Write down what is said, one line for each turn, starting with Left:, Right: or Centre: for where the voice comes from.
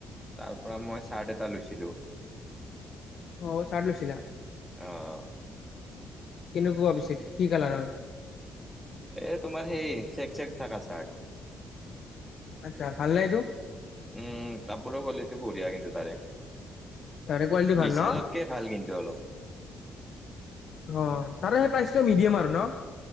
Centre: তাৰ পৰা মই চাৰ্ট এটা লৈছিলো।
Left: অ চাৰ্ট লৈছিলা।
Centre: অ'
Left: কেনেকুৱা পিছে কি কালাৰৰ।
Centre: এ তোমাৰ সেই চেক চেক থাকা চাৰ্ট।
Left: আচ্ছা ভাল নে এইটো
Centre: উম কাপোৰৰ কোৱালিটি বঢ়িয়া কিন্তু তাৰে
Left: তাৰে কোৱালিটি ভাল
Centre: বিশালতকে
Left: ন
Centre: ভাল কিন্তু অলপ।
Left: অ তাৰে সেইটা ষ্টৰ মিডিয়াম আৰু ন।